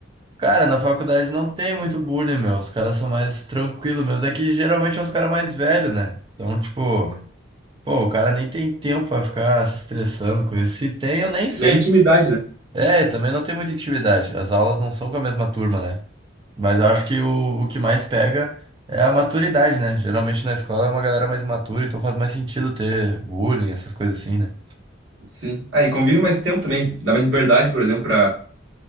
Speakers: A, on the right (about 25°); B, on the right (about 60°).
A: Cara, na faculdade não tem muito bullying, meu. Os caras são mais tranquilos, meus. É que geralmente é os caras mais velhos, né? Então, tipo, pô, o cara nem tem tempo pra ficar se estressando com isso. Se tem, eu nem sei.
B: Nem intimidade, né?
A: É, também não tem muita intimidade. As aulas não são com a mesma turma, né? Mas eu acho que o, o que mais pega é a maturidade, né? Geralmente na escola é uma galera mais imatura, então faz mais sentido ter bullying, essas coisas assim, né?
B: Sim. Ah, e convive mais tempo também. Dá mais liberdade, por exemplo, pra.